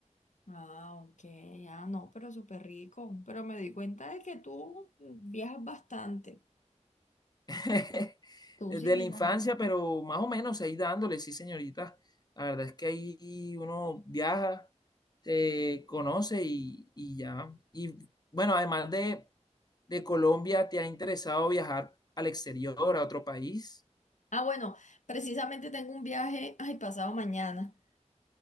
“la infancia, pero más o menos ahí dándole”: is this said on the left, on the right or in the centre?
Left